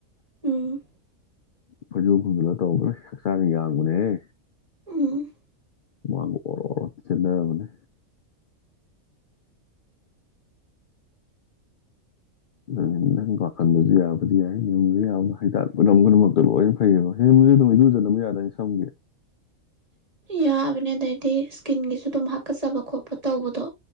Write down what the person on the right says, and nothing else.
ꯎꯨꯝ
ꯎꯨꯝ
ꯌꯥꯕꯅꯦ ꯑꯗꯩꯗꯤ ꯏꯁꯀꯤꯟꯒꯤꯁꯨ ꯑꯗꯨꯝ ꯍꯥꯀꯠꯆꯕ ꯈꯣꯠꯄ ꯇꯧꯕꯗꯣ